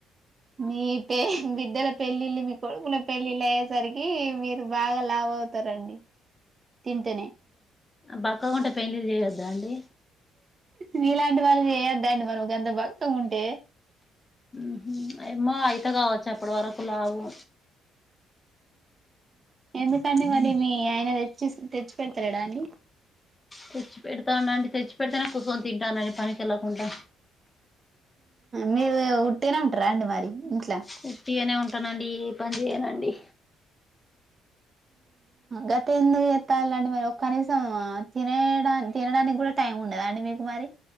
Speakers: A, on the right (about 40°); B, on the left (about 20°).
A: మీ పే బిడ్డల పెళ్ళిళ్ళ మీ కొడుకుల పెళ్ళిళ్ళ అయ్యేసరికి మీరు బాగా లాభ అవుతారండి తింటనే
B: బక్కగా ఉండే పెండ్లి చేయొద్దా అండి
A: మీలాంటి వాళ్ళు చేయొద్ద అండి మరి అంత బక్క ఉంటే
B: ఉహు ఏమో అయిత కావచ్చు అప్పటి వరకు లవ్వు
A: ఎందుకండి మరి మీ మీ ఆయన తెచ్చి తెచ్చి పెడతారడా అండి
B: తెచ్చి పెడతానునండి తెచ్చి పెడితేనే కూసొని తింటానునండి పనికి వెళ్ళకుండా
A: మీరు ఉట్టేనే ఉంటారా అండి మరి ఇంట్లో
B: యూట్ గానే ఉంటానండి ఆ పని చేయనండి
A: గత ఎందుకు ఎత్తాలండి మరి ఒ కనీసం తినడా తినడానికి కూడా టైం ఉండదు అండి మీకు మరి